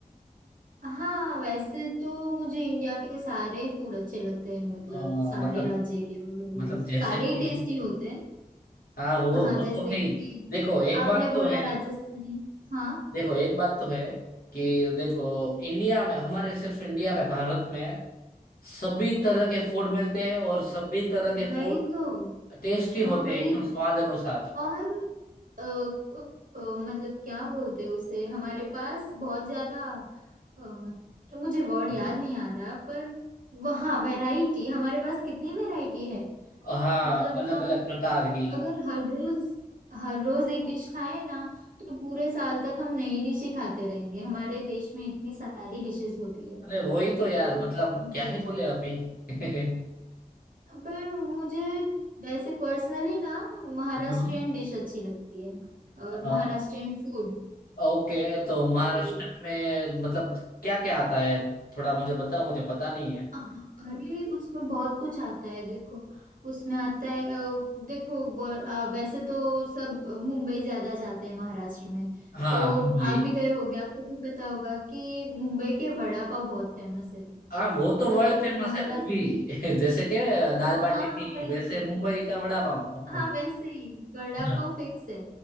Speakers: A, on the right; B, on the left.
A: हाँ वैसे तो मुझे इंडिया के सारे फूड अच्छे लगते हैं मतलब
B: अ,
A: सारे
B: मतलब
A: राज्य के और वो
B: मतलब जैसे
A: सारे
B: कि
A: ही टेस्टी होते हैं
B: हाँ वो
A: हाँ
B: वो
A: जैसे
B: तो है
A: कि
B: ही देखो एक
A: आपने
B: बात
A: बोला
B: तो है
A: राजस्थानी हाँ
B: देखो एक बात तो है कि देखो इंडिया में हमारे सिर्फ इंडिया में भारत में सभी तरह के फूड मिलते हैं और सभी तरह के
A: वही
B: फूड
A: तो
B: टेस्टी
A: हाँ
B: होते
A: वही
B: हैं एकदम स्वाद अनुसार
A: और अ, अ, अ, मतलब क्या बोलते हैं उसे हमारे पास बहुत ज्यादा अम, मुझे वर्ड याद
B: मतलब
A: नहीं आ रहा पर वहाँ वैरायटी हमारे पास कितनी वैरायटी है
B: हाँ
A: मतलब
B: अलग
A: हम
B: अलग प्रकार की
A: अगर हर रोज हर रोज एक डिश खाएं ना तो पूरे साल तक हम नई डिश ही खाते रहेंगे हमारे देश में इतनी सारी डिशेस होती है
B: अरे वही तो यार
A: तो
B: मतलब
A: मुझे
B: क्या ही
A: अच्छी
B: बोले
A: लगती
B: अभी
A: है
B: <laughs>
A: पर मुझे वैसे पर्सनली ना महाराष्ट्रियन
B: हम्म।
A: डिश अच्छी लगती है और
B: अ,
A: महाराष्ट्रियन फूड
B: ओके तो महाराष्ट्र
A: तो
B: में मतलब क्या क्या आता है थोड़ा मुझे बताओ मुझे पता नहीं है
A: अरे उसमें बहुत कुछ आता है देखो उसमें आता है अ, देखो व- अ, वैसे तो सब मुंबई ज्यादा जाते हैं महाराष्ट्र में
B: हाँ
A: तो
B: मुंबई
A: आप भी गए होगे आपको भी पता होगा कि मुंबई के वड़ा पाव बहुत फेमस है
B: हाँ वो तो
A: तो
B: वर्ल्ड फेमस
A: महाराष्ट्र
B: है वो भी <laughs> जैसे कि
A: हाँ
B: दाल बाटी
A: हाँ
B: थी
A: वही
B: वैसे
A: तो
B: मुंबई का वड़ा पाव
A: हाँ वैसे ही वड़ा पाव
B: <laughs>
A: फिक्स है